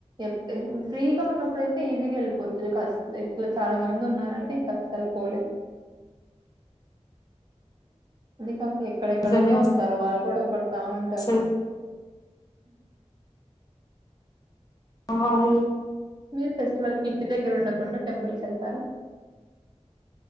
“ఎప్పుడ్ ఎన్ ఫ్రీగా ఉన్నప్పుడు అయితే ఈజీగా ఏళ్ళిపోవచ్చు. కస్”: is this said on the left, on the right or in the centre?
Right